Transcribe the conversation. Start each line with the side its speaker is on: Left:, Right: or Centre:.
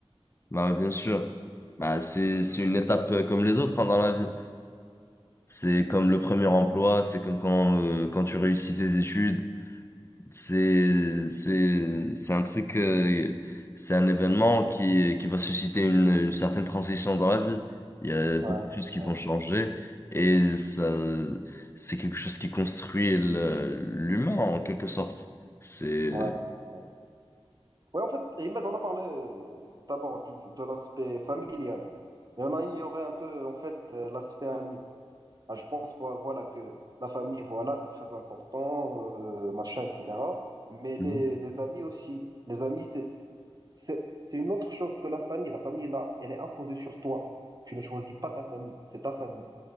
Left: Bah ouais, bien sûr. Bah c'est, c'est une étape euh, comme les autres, hein, dans la vie. C'est comme le premier emploi, c'est comme quand, euh, quand tu réussis tes études. C'est, c'est, c'est un truc, euh, c'est un événement qui, qui va susciter une, une certaine transition dans la vie. Il y a beaucoup
Right: Ouais,
Left: de choses qui vont
Right: ouais,
Left: changer et ça, c'est quelque chose qui construit le- l'humain en quelque sorte. C'est,
Right: ouais. ouais. Oui, en fait, Imad, on a parlé euh, d'abord du- de l'aspect familial, mais on a ignoré un peu, en fait, euh, l'aspect ami. Ah, je pense, vo- voilà, que la famille, voilà, c'est très important, euh, machin, etc. Mais
Left: Mhm.
Right: les, les amis aussi. Les amis, c'est, c'est, c'est une autre chose que la famille. La famille, là, elle est imposée sur toi. Tu ne choisis pas ta famille, c'est ta famille.